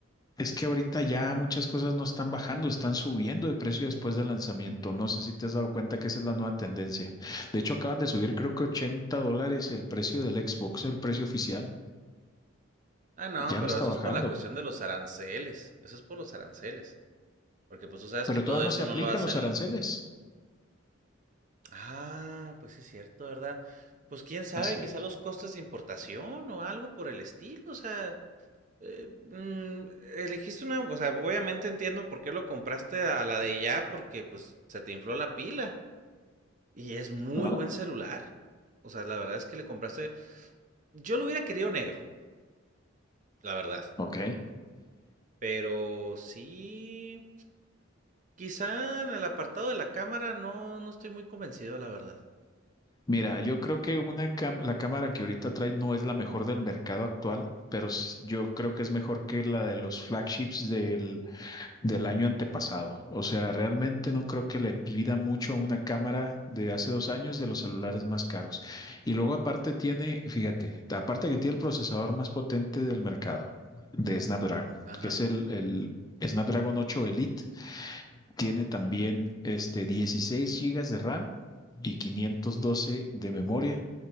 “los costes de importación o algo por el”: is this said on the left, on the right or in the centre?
Right